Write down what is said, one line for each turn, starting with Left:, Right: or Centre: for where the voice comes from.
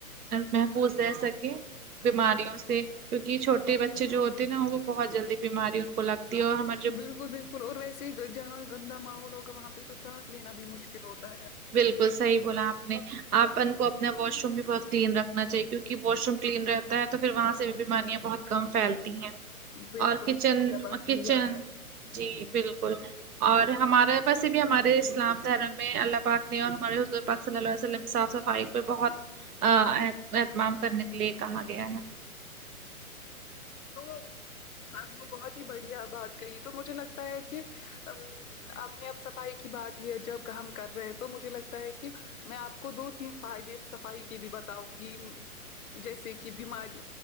Right: محفوظ رہ سکیں بیماریوں سے کیوںہ چھوٹے بچے جو ہوتے ہیں نا وہ بہت جلدی بیماری ان کو لگتی ہے اور ہم
Left: بالکل بالکل اور ویسے ہی جہاں گندا ماحول ہوگا وہاں پہ تو سانس لینا بھی مشکل ہوتا ہے
Right: بالکل صحیح بولا آپ نے اپن کو اپنا واش روم بھی بہت کلین رکھنا چاہیے کیونکہ واش روم کلین رہتا تا ہے تو پھر وہاں سے بھی بیماریاں بہت کم پھیلتی ہیں
Left: بالکل
Right: اور کچن
Left: بڑھیا بات کہی
Right: کچن
Left: آپ نے
Right: جی بالکل اور ہمارا پس بھی ہمارے اسلام دھرم میں اللہ پاک نے اور ہمارے حضور پاک صلی اللہ علیہ وسلم صاف صفائی پہ بہت ا اتمام کرنے کے لیے کہا گیا ہے
Left: تو آپ نے بہت ہی بڑھیا بات کہی تو مجھے لگتا ہے کہ ا اپنی اپ صفائی کی بات ہی جب ہم کر رہے ہیں تو مجھے لگتا ہے کہ میں آپ کو دو تین فائدے صفائی کے بھی بتاؤں گی جیسے کہ بیماری